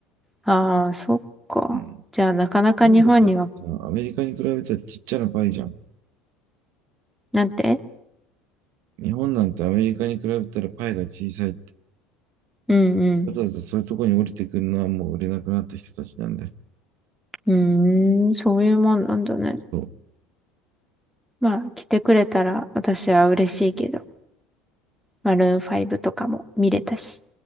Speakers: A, in the centre; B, on the right.
A: ああ、そっか。
B: うん。
A: じゃあなかなか日本には、
B: 日本だってさアメリカに比べたらちっちゃなパイじゃん。
A: なんて
B: 日本なんてアメリカに比べたらパイが小さい
A: うん
B: わざわざそういうところに降りてくるのはもう売れなくなった人たちなんで、
A: うん。うーん、そういうもんなんだね。
B: そう
A: まあ来てくれたら私は嬉しいけど、マルーン5とかも見れたし。